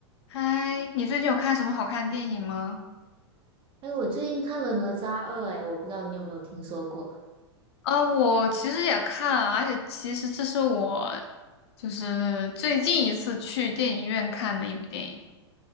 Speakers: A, on the left; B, on the right.
A: 嗨，你最近有看什么好看的电影吗？
B: 哎，我最近看了《哪吒二》，哎，我不知道你有没有听说过？
A: 啊，我其实也看啊而且其实这是我就是最近一次去电影院看的一部电影。